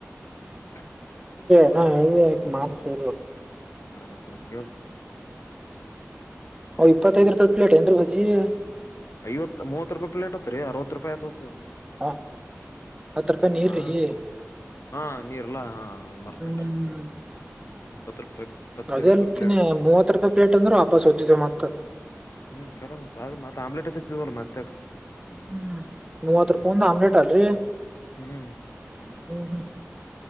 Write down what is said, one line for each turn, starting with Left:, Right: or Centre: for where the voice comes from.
Left: <unintelligible>
Right: ಹ್ಮ್ಮ್, ಹೇಳ್ದ ಯಾಕೆ, ಮಾತ್ ಕೇಳು? <unintelligible>
Left: ಕರೆಕಾರೆ. <inaudible>
Right: ಇಪ್ಪತ್ತೈದು, ರೂಪಾಯಿ! ಪ್ಲೇಟ್, ಏನ್ರೀ, ಬಜ್ಜಿ. <unintelligible>
Left: ಐವತ್ವತ್ತು, ರೂಪಾಯಿಮೂವತ್ತು,, ಪ್ಲೇಟ್, ಹತ್ರಿ ಅರವತ್ತು ರೂಪಾಯಿ, ಆ್ತತ್ತು. <unintelligible>
Right: ಹ. <inaudible> ಹತ್ತು, ರೂಪಾಯಿ, ನೀರು,
Left: ಹಾ
Right: ರಿ,
Left: ಹಾ ನೀರ್ಲ್ಲಾ ಮರ್ತೇನ್ರಿ
Right: ಹ್ಮ್.
Left: ಇಪ್ಪತ್
Right: <inaudible>
Left: ರೂಪಾಯಿ ಇಪ್ಪತ್ತೈದ್
Right: ಅದೇಲ್ತೀನಿ,
Left: ರೂಪಾಯಿ ಪ್ಲೇಟ್
Right: ಮೂವತ್ತು, ರೂಪಾಯಿ! ಪ್ಲೇಟ್ ಅಂದ್ರೆ, ವಾಪಸ್ ಹೋಯಿತು, ಮತ್ತ. <inaudible>
Left: ಹ್ಮ್, ಕರ, ಮತ್ತ, ಅದು ಮತ್ತೆ ಆಮ್ಲೆಟ್ ಮತ್ತೆ? <inaudible>
Right: ಹ್ಮ್, ಮೂವತ್
Left: ಹ್ಮ್
Right: ರೂಪಾಯಿ! ಒಂದು, ಆಮ್ಲೆಟ್ ಅಲ್ರರಿ. <inaudible>
Left: ಹ್ಮ್
Right: ಹ್ಮ, ಹ್ಮ. <inaudible>